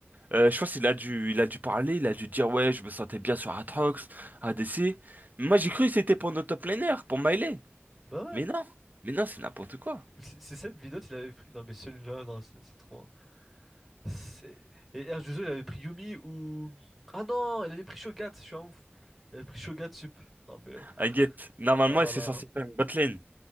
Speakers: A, on the right; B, in the centre.
A: Euh, je pense qu'il a dû, il a dû parler, il a dû dire ouais, je me sentais bien sur Atrox, ADC. Mais moi j'ai cru que c'était pour notre top laner, pour Miley.
B: Bah ouais.
A: Mais non, mais non, c'est n'importe quoi.
B: Mais C'est c'est Seb Vinot, il avait pris. Non, mais celui-là, non, c'est c'est trop. hein. C'est- Et H2O, il avait pris Yumi ou... Ah non, il avait pris Shogat, je suis un ouf. Il avait pris Shogat Sup. Non mais...
A: Aguette, normalement
B: Oh là
A: c'est
B: là.
A: censé faire une botlane.